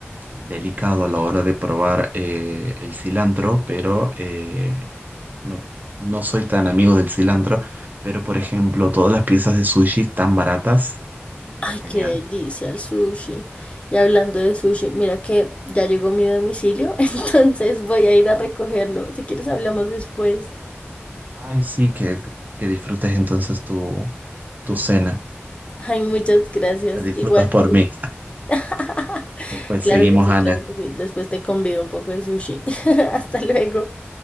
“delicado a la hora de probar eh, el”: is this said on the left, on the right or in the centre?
Right